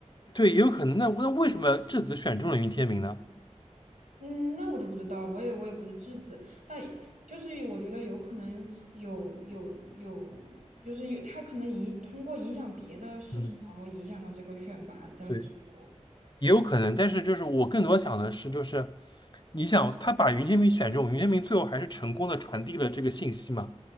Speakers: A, on the left; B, on the right.
A: 对，也有可能。那那为什么质子选中了云天明呢？
B: 嗯，那我就不知道了，我也我也不是质子，他就是我觉得有可能有有有，就是有他可能影通过影响别的事情，
A: 嗯，
B: 然后影响到这个选拔的结果。
A: 对。也有可能，但是就是我更多想的是，就是你想他把云天明选中，云天明最后还是成功的传递了这个信息嘛，